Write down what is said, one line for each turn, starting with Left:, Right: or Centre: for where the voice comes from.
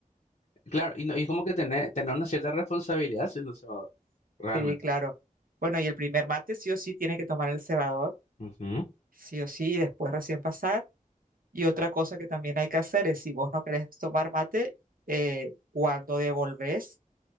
Left: Claro, y, no, y como que tener, tener una cierta responsabilidad siendo Salvador, realmente.
Right: Sí, claro. Bueno, y el primer mate sí o sí tiene que tomar el cebador,
Left: ujú.
Right: sí o sí, y después recién pasar. Y otra cosa que también hay que hacer es, si vos no querés tomar mate, eh, cuando devolvés,